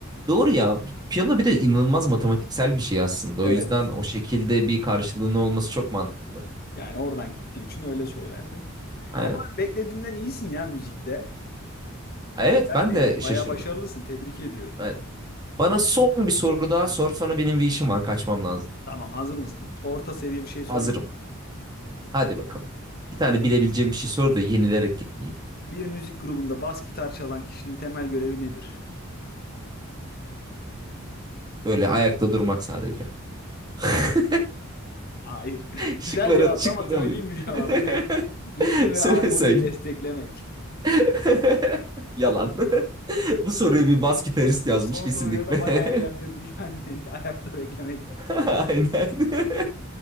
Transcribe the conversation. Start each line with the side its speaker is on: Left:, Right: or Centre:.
Right: Doğru ya. Piyano bir de inanılmaz matematiksel bir şey aslında.
Left: Evet.
Right: O yüzden o şekilde bir karşılığının olması çok mantıklı.
Left: Yani oradan gittiğim için öyle söylerdim.
Right: Aynen.
Left: Ama beklediğimden iyisin ya müzikte.
Right: Evet
Left: Geldi
Right: ben de
Left: Yani bayağı
Right: şaşırdım.
Left: başarılısın. Tebrik ediyorum.
Right: Evet. Bana son bir soru daha sor. Sonra benim bir işim var. Kaçmam lazım.
Left: Tamam, hazır mısın? Orta seviye bir şey sorayım.
Right: Hazırım. Hadi bakalım. Bir tane bilebileceğim bir şey sor da yenilerek gitmeyeyim.
Left: Bir müzik grubunda bas gitar çalan kişinin temel görevi nedir?
Right: Böyle ayakta durmak sadece. <laughs>
Left: Hayır. <laughs>
Right: Şıkları,
Left: Güzel cevaptı
Right: şıkları
Left: ama söyleyeyim
Right: alayım.
Left: mi cevabını?
Right: <laughs>
Left: <laughs> Ritmi ve
Right: Söyle
Left: armoniyi
Right: söyle.
Left: desteklemek.
Right: <laughs> Yalan. <laughs> Bu soruyu bir bas gitarist
Left: Evet.
Right: yazmış
Left: Son
Right: kesinlikle.
Left: soruyla da bayağı
Right: <laughs>
Left: eğlendirdi yani beni <laughs> ayakta beklemek. <laughs>
Right: Aynen. <laughs>